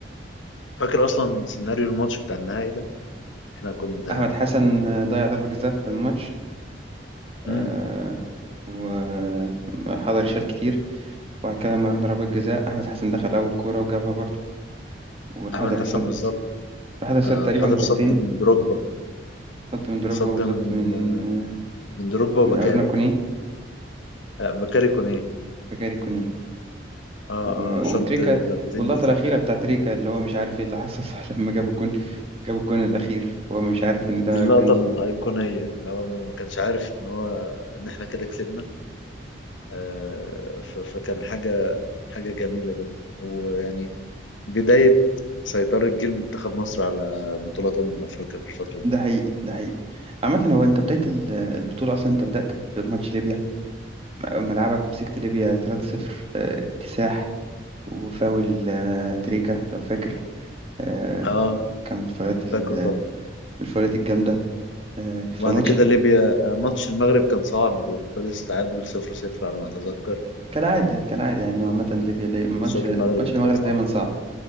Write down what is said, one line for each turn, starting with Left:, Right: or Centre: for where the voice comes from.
Left: فاكر اصلا سيناريو الماتش بتاع النهائي ده احنا كنا
Right: أحمد حسن آه، ضيع ضربة جزاء في الماتش آه
Left: امم
Right: وحضري شال كتير وبعد كده لما رحنا ضربات جزاء أحمد حسن دخل أول كورة وجابها برضو والحضري
Left: احمد حسن
Right: سد
Left: بالظبط
Right: الحضري سد
Left: آه،
Right: تقريبا
Left: الحضري
Right: كورتين
Left: صد من دروجبا
Right: سد من دروجبا
Left: صد
Right: وسد
Left: من
Right: من
Left: آه،
Right: آه،
Left: من دروجبا وبكاري
Right: من أرونا كونيه
Left: آه، بكاري كونيه
Right: فجاري كونيه
Left: اه
Right: و-
Left: اه صد
Right: وتريكا
Left: ضربتين
Right: واللقطة
Left: جزاء
Right: الأخيرة بتاع تريكا اللي هو مش عارف إيه اللي حصل <laughs> صح لما جاب الجون جاب الجون الأخير هو مش عارف إن ده
Left: دي اللقطة
Right: جون
Left: الأيقونية اللي هو ما كانش عارف إن هو إن إحنا كده كسبنا آه، ف- فكان حاجة حاجة جميلة جدا ويعني بداية سيطرة جيل منتخب مصر على بطولات أمم أفريقيا في الفترة دي
Right: ده حقيقي ده حقيقي عامة هو أنت بداية ال- البطولة أصلا أنت بدأت بماتش ليبيا ملعبك مسكت ليبيا 3-0 آه، اكتساح وفاول آه، تريكا لو فاكر آه،
Left: آه
Right: كان من الفاولات ال-
Left: فاكره طبعا
Right: من الفاولات الجامدة آه، فماتش
Left: وبعد كده
Right: ال-
Left: ليبيا آه، ماتش المغرب كان صعب وخلص تعادل 0-0 على ما أتذكر
Right: كالعادة كالعادة يعني هو عامة ليبيا دايما ماتش
Left: ماتشات المغرب
Right: ماتش
Left: بتبقى
Right: المغرب
Left: صعبة
Right: دايما صعب